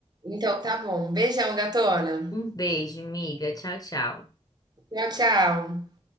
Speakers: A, on the right; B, on the left.
A: Então tá bom. Beijão, gatona.
B: Um beijo, amiga. Tchau, tchau.
A: Tchau, tchau.